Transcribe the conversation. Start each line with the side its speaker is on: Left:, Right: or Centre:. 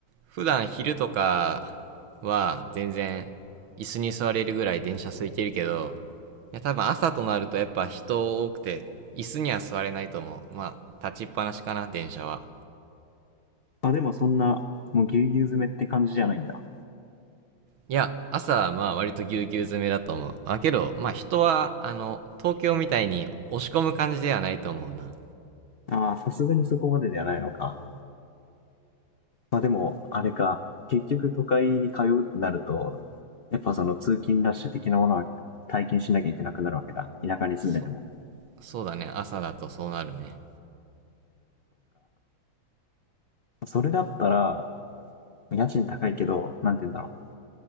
Right: 普段昼とかは全然椅子に座れるぐらい電車空いてるけど、いや多分朝となるとやっぱ人多くて、椅子には座れないと思う。まあ、立ちっぱなしかな、電車は。
Left: あ、でもそんな、もうぎゅうぎゅう詰めって感じじゃないんだ。
Right: いや、朝はまあ割とぎゅうぎゅう詰めだと思う。あ、けど、まあ人は、あの、東京みたいに押し込む感じではないと思うな。
Left: ああ、さすがにそこまでではないのか。まあでも、あれか。結局都会に通うってなると、やっぱその通勤ラッシュ的なものは体験しなきゃいけなくなるわけだ。田舎に住んでても。
Right: そ、そうだね、朝だとそうなるね。
Left: これだったら、家賃高いけど、なんて言うんだろう。